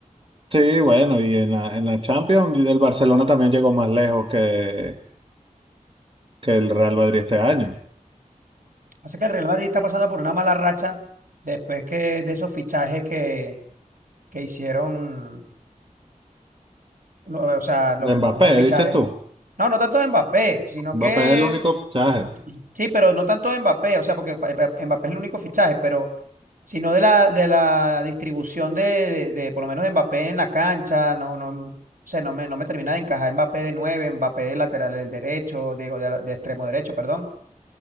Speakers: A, on the right (about 40°); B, on the right (about 80°).
A: Sí, bueno, y en la, en la Champions el Barcelona también llegó más lejos que, que el Real Madrid este año.
B: O sea que el Real Madrid está pasando por una mala racha después que de esos fichajes que, que hicieron, no, o sea, los,
A: De Mbappé,
B: los nuevos fichajes.
A: dices tú.
B: No, no tanto de Mbappé, sino
A: Mbappé
B: que
A: es el único fichaje.
B: <clears throat> sí, pero no tanto de Mbappé, o sea, porque pa- pa- Mbappé es el único fichaje, pero sino de la, de la distribución de, de, de, por lo menos de Mbappé en la cancha, no, no, o sea, no me, no me termina de encajar Mbappé de nueve, Mbappé de lateral del derecho, digo, de, la- de extremo derecho, perdón.